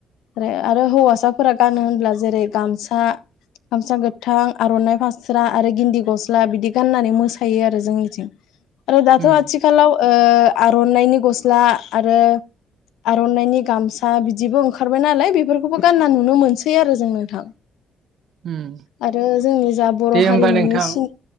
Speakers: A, on the left; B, on the right.
A: आरो हौवासा फोरा गानो होनब्ला जेरै गामसा गामसा गोथां आरननाइ फास्रा आरो गिन्दि गस्ला बिदि गाननानै मोसायो आरो जोंनिथिं आरो दाथ
B: उम
A: आथिखालाव आरननाइनि गस्ला आरो आरननाइनि गामसा बिदिबो ओंखारबाय नालाय बेफोरखौबो गानना नो सै आरो जों नोंथां
B: उम
A: आरो जोंनि जा बर'
B: दे
A: हारिमुनि
B: होमबा नोंथां
A: सिन